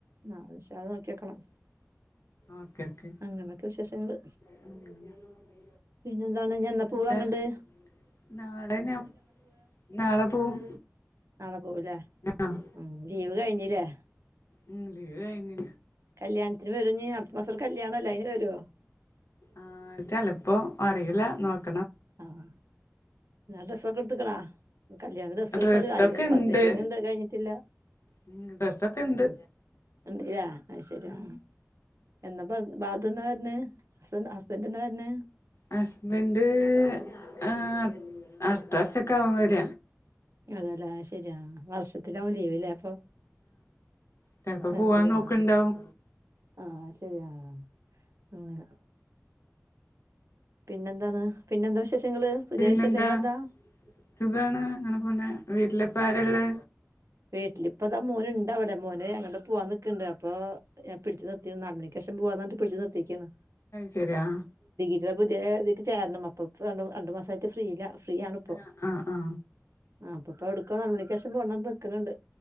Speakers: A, on the right; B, on the left.
A: നാളെ ഇൻഷാ അള്ളാ നോക്കി നോക്കണം.
B: ഓക്കെ ഓക്കെ
A: അങ്ങനൊക്കെ വിശേഷങ്ങള്.
B: <unintelligible>
A: പിന്നെ എന്താണ് ഞഎന്നാ
B: പിന്നെന്താ
A: പോവാ അങ്ങണ്ട്?
B: നാളെ ഞാ നാളെ പോവും.
A: നാളെ പോവലേ
B: ആഹ്
A: ഉ ലീവ് കഴിഞ്ഞില്ലേ?
B: ഉം ലീവ് കഴിഞ്ഞ്
A: കല്യാണത്തിന് വരോഞ്ഞീ അടുത്ത മാസം കല്യാണല്ലെ അതിന് വരോ?
B: ആ ചെലപ്പോ അറിയില്ല നോക്
A: ആഹ. ഡ്രസോക്കേട് ത്ക്ണാ? കല്യാണത്തിന് ഡ്രസ്സെടുക്കണം
B: ഡ്രസ്സൊക്കെ
A: അതിന് പർച്ചേസിംഗ്
B: ഇണ്ട്
A: ണ്ട് അത് കഴിഞ്ഞിട്ടില്ല.
B: ഉം ഡ്രസ്സൊക്കെ ഇണ്ട്
A: ഉം ന്തരാ ആഹ്ശരിയാ
B: ഉം
A: എന്ന ബാ ബാദൊന്നാ വെര്ന് ഹസ്ബന്റ് എന്നാവെര്ന്ന്.
B: ഹസ്ബൻഡ് ആ അട്ത്ത വർസെകുവാര.
A: അതല്ലേ അത് ശെരിയാ വർഷത്തി ലാവും ലീവില്ലേ അപ്പൊ.
B: തനപ്പോ
A: അത്
B: പോവാൻ
A: ശരി
B: നോക്കണ്ടാവും.
A: ആഹ് ആഹ് ശരിയാ അങ്ങനെ പിന്നെന്താണ്? പിന്നെന്താ വിശേഷങ്ങള്? പുതിയ
B: പിന്നെന്താ
A: വിശേഷങ്ങൾ എന്താ?
B: സുഖാണ്. അങ്ങനെ പോണെ. വീട്ടിലെപ്പ ആരെള്ള?
A: വീട്ടിലിപ്പ ഇതാ മോൻ ഇണ്ടാവിടെ മോന്ങ്ങട്ട് പോവാൻ നിക്കുണ്ട്. അപ്പൊ ഞാൻ പിടിച്ചു നിർത്തി നാല് മണിക്കം പോവാതണ്ട് പിടച്ച് നിർത്തിക്കയാണ്
B: ശരിയാ.
A: ഇ പുതിയ ഇതിക്ക് ചേരണം അപ്പൊ രണ്ടു മാസമായിട്ട് ഫ്രീയില്ല. ഫ്രീ ആണിപ്പോ
B: ആ. ആഹ്. ആ
A: ആ അപ്പൊ എടുക്ക നാല് മണിക്ക ശേഷം പോണം നിൽക്കുന്നു ണ്ട്